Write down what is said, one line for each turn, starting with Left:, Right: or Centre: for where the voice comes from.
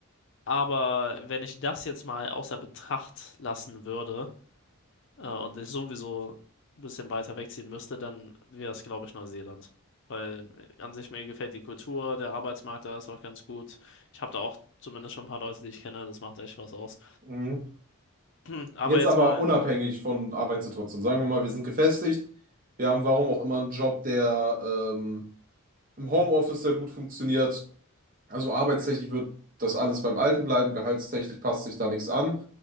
Left: aber wenn ich das jetzt mal außer Betracht lassen würde, äh, und ich sowieso ein bisschen weiter wegziehen müsste, dann wäre es, glaube ich, Neuseeland. Weil an sich mir gefällt die Kultur, der Arbeitsmarkt da ist auch ganz gut. Ich habe da auch zumindest schon ein paar Leute, die ich kenne, das macht echt was aus.
Right: Mhm.
Left: Ähm, <clears throat> aber
Right: Jetzt
Left: jetzt
Right: aber
Left: mal,
Right: unabhängig von Arbeitssituation. Sagen wir mal, wir sind gefestigt. Wir haben warum auch immer einen Job, der ähm, im Homeoffice sehr gut funktioniert. Also arbeitstechnisch wird das alles beim Alten bleiben. Gehaltstechnisch passt sich da nichts an.